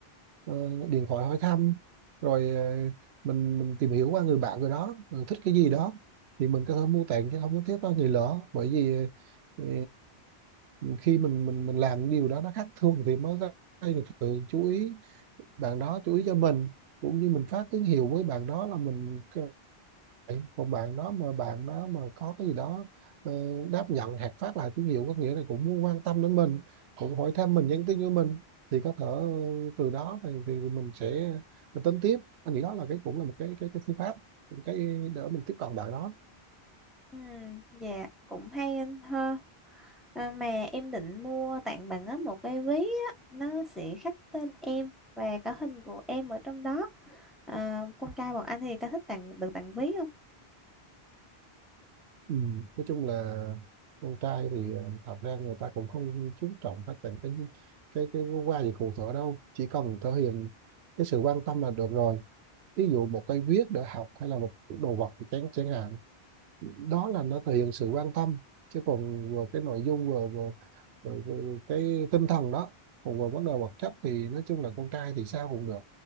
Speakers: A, on the right (about 80°); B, in the centre.
A: ờ, điện thoại hỏi thăm rồi ờ, mình mình tìm hiểu qua người bạn rồi đó rồi thích cái gì đó thì mình có thể mua tặng chứ không nhất thiết có ngày lỡ bởi vì ờ, khi mình mình mình làm điều đó nó khác thường thì mới gây được sự chú ý bạn đó chú ý cho mình cũng như mình phát tín hiệu với bạn đó là mình cứ- còn bạn đó mà bạn đó mà có cái gì đó ờ, đáp nhận hoặc phát lại tín hiệu có nghĩa là cũng muốn quan tâm đến mình cũng hỏi thăm mình nhắn tin cho mình thì có thể ờ, từ đó thì thì mình sẽ tính tiếp anh nghĩ đó là cái cũng là một cái cái cái phương pháp một cái để mình tiếp cận bạn đó
B: Ừ, dạ, cũng hay anh ha. À, mà em định mua tặng bạn á một cái ví á, nó sẽ khắc tên em và cả hình của em ở trong đó. À, con trai bọn anh thì có thích tặng được tặng ví không?
A: Ừ. Nói chung là con trai thì ờ, thật ra người ta cũng không chú trọng phát triển cái cái cái qua gì cụ thể đâu chỉ cần thể hiện cái sự quan tâm là được rồi ví dụ một cây viết để học hay là một đồ vật thì chẳng chẳng hạn đó là nó thể hiện sự quan tâm chứ còn vừa cái nội dung vừa vừa, vừa, vừa cái tinh thần đó còn vừa vấn đề vật chất thì nói chung là con trai thì sao cũng được